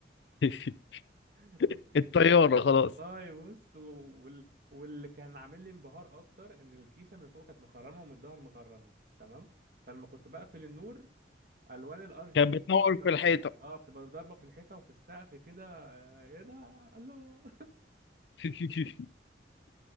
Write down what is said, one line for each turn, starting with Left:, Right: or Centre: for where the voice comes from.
Left: <laughs>
Right: <laughs>
Left: الطياره خلاص
Right: والله بص و- وال... واللي كان عامل لي انبهار اكتر ان الكيسه من فوق كانت مخرمه ومن الظهر مخرمه تمام فلما كنت بقفل النور الوان الار جي
Left: كانت
Right: بي
Left: بتنور
Right: بتبقى
Left: في الحيطه
Right: اه بتبقى ضاربه في الحيطه وفي السقف كده آه، ايه ده الله
Left: <laughs>